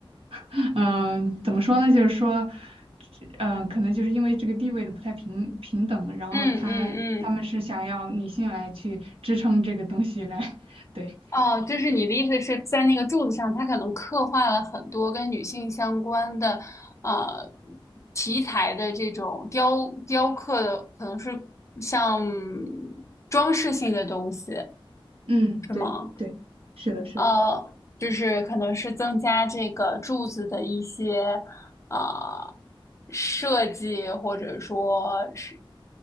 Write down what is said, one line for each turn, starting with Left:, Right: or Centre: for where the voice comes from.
Right: 嗯、呃怎么说呢？就是说呃可能就是因为这个地位的不太平平等，然后他他们是想要女性来去支撑这个东西来
Left: 嗯嗯嗯。
Right: <laughs> 对。
Left: 哦，就是你的意思是在那个柱子上，它可能刻画了很多跟女性相关的，呃，题材的这种雕雕刻的，可能是像装饰性的东西，
Right: 嗯，
Left: 是吗？
Right: 对对，是的，是的，
Left: 呃，就是可能是增加这个柱子的一些呃设计，或者说是